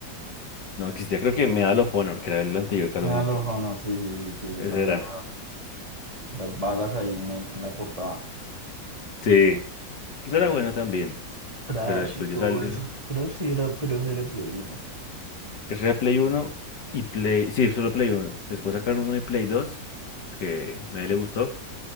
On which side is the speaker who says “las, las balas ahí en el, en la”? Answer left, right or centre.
Right